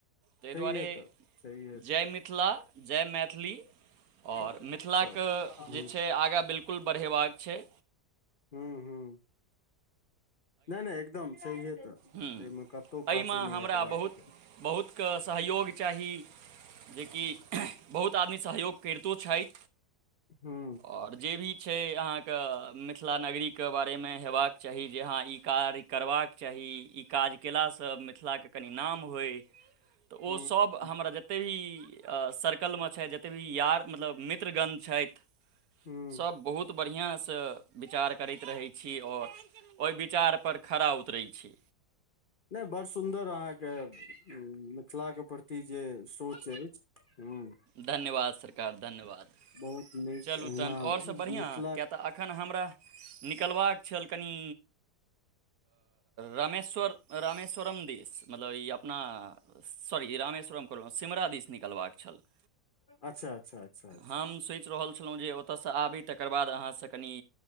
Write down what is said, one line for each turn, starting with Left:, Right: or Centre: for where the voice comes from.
Right: ताहि
Left: छैहे
Right: दुआरे
Left: तऽ छैहे तऽ
Right: जय मिथिला जय मैथिल मैथिली आओर
Left: चलू
Right: मिथिलाके
Left: चलू
Right: जे छै आगाँ बिलकुल बढ़ेबाक छै
Left: हूँ हूँ नहि नहि एकदम छैहे तऽ
Right: ह
Left: एहिमे कतहु
Right: एहिमे
Left: पाछू नहि
Right: हमरा
Left: हटबाक
Right: बहुत
Left: छै
Right: बहुतके सहयोग चाही जेकि बहुत आदमी सहयोग करितो छथि
Left: हूँ
Right: आओर जे भी छै अहाँके मिथिला नगरीके बारेमे हेबाक चाही जे अहाँ ई कार्य करबाक चाही ई काज कयलासँ मिथिलाके कनि नाम होइ तऽ
Left: हूँ
Right: ओसभ हमरा जतेक भी सरकल मे छैय जते भी यार मतलव म्रित्र गण छथि
Left: हूँ
Right: सबहुत बढ़िया से विचार करत रहै छी आओ ओहि विचार खारा उतरै छी
Left: नहि बड़ सुन्दर अहाँके मिथिला के प्रति जे सोच अछि हू <inaudible>
Right: धन्यवाद सरकार धन्यवाद
Left: बहुत नीक
Right: चलू
Left: अहिना
Right: तहन आओरसँ बढ़िआँ
Left: मिथिला
Right: किए तऽ एखन हमरा निकलबाक छल कनि रमेश्वर रमेश्वरम देस मतलब ई अपना सॉरी र मेश्वरम कहलो सिमरा दिस निकलबाक छल तऽ
Left: अच्छा अच्छा अच्छा अच्छा
Right: हम सोचि रहल छलहुँ ओ ओतऽ सँ आबी तकर बाद अहाँसँ कनी